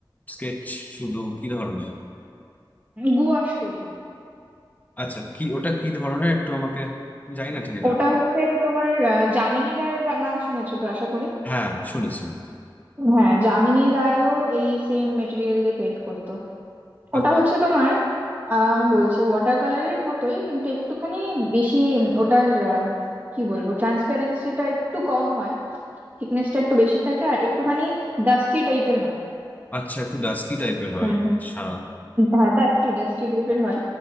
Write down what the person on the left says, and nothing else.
স্কেচ শুধু কি ধরনের
আচ্ছা কি ওটা কি ধরনের একটু আমাকে জানি না ঠিক এটা
হ্যাঁ শুনেছি
আচ্ছা
আচ্ছা একটু ডাস্কি টাইপের হয়
আচ্ছা